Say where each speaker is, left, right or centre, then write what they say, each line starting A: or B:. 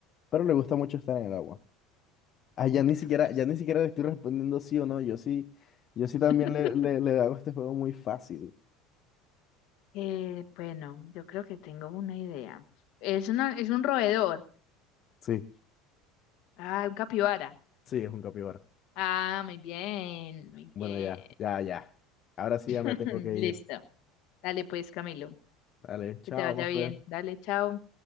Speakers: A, on the left (about 40°); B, on the left (about 55°).
A: Pero le gusta mucho estar en el agua. Ah, ya
B: me
A: ni
B: gusta
A: siquiera,
B: mucho
A: ya
B: esto.
A: ni siquiera le estoy respondiendo sí o no. Yo sí, yo sí también
B: <laughs>
A: le, le, le hago este juego muy fácil.
B: Eh, bueno, yo creo que tengo una idea. Es una, es un roedor.
A: Sí,
B: Ah, un capibara.
A: sí, es un capibara.
B: Ah, muy bien, muy
A: Bueno,
B: bien.
A: ya, ya, ya. Ahora sí
B: <laughs>
A: ya me tengo que
B: Listo.
A: ir.
B: Dale pues, Camilo.
A: Dale, chao,
B: Que te vaya
A: más
B: bien. Dale, chao.